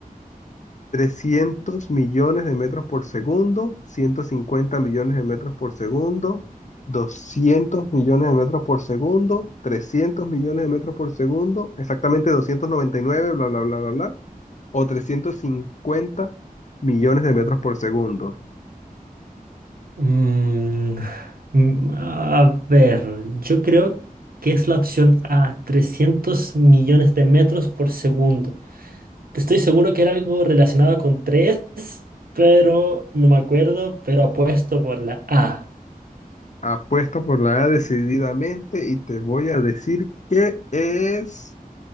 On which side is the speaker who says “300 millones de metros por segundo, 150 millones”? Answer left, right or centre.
Left